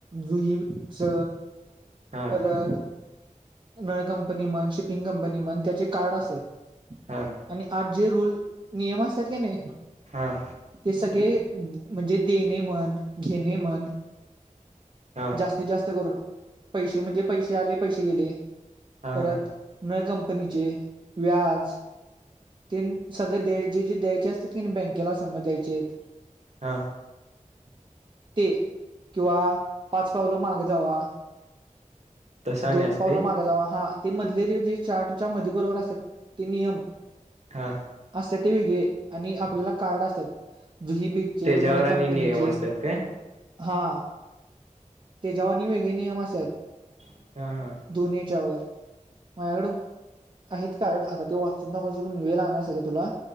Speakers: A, on the right; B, on the right.
A: जुहेबच.
B: हा
A: परत नळ कंपनी म्हण शिपिंग कंपनी म्हण त्याचे कार्ड असेत.
B: हा
A: आणि आज जे रूल नियम असतात का नाही.
B: हां
A: ते सगळे म्हणजे देणे मन घेणे मन
B: हा हा
A: जास्तीत जास्त करून पैसे म्हणजे पैसे आले पैसे गेले
B: हा
A: परत. नळ कंपनीचे व्याज ते सगळे द्याय जे जे द्यायचे असतात की बँकेला समज द्यायचे.
B: हा
A: <inaudible> ते किंवा पाच पावलं माग जावा
B: तसा आणि
A: दोन
B: असते
A: पावलं माग जावा हा ते मधलेले जे चार्टच्या मध बरोबर असत ते नियम
B: हा
A: असत ते वेगळे आणि आपल्याला कार्ड असतात जुनी बी चे
B: त्याच्यावर
A: न
B: आणि
A: कंपनीचे.
B: नियम असतात काय
A: हा ते जेवानी वेगळे नियम अस आहेत.
B: हा हा
A: दोनी याच्या वर. माझ्याकड आहेत कार्ड आता ते वाचून कस पण वेळ आणणारच आहे का तुला.